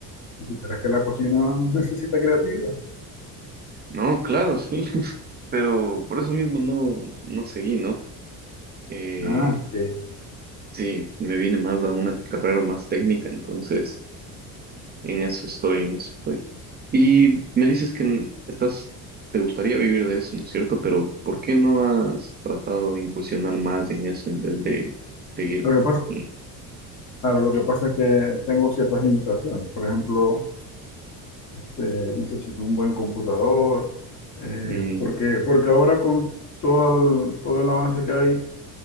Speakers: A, on the left; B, on the right.
A: si supieras que la cocina <laughs> necesita creatividad.
B: no, claro, sí, <laughs> pero por eso mismo no, no seguí, ¿no? Eh,
A: Ah, ok.
B: sí, me vine más a una carrera más técnica, entonces en eso estoy, en eso estoy. Y me dices que n- estás, te gustaría vivir de eso, ¿no es cierto? Pero ¿por qué no has tratado de incursionar más en eso en vez de seguir
A: Lo que pasa,
B: con...
A: claro, lo que pasa es que tengo ciertas limitaciones. Por ejemplo, eh, necesito un buen computador, eh,
B: Mm,
A: porque, porque ahora con todo el, todo el avance que hay,